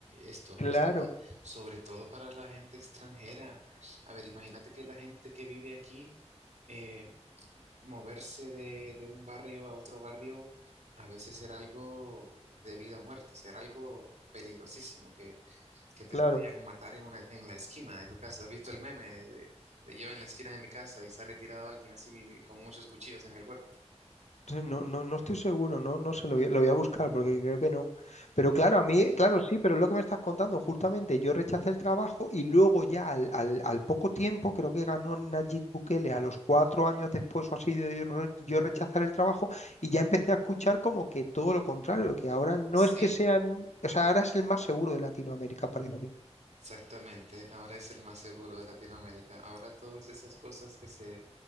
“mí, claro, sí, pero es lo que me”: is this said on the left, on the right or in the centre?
Left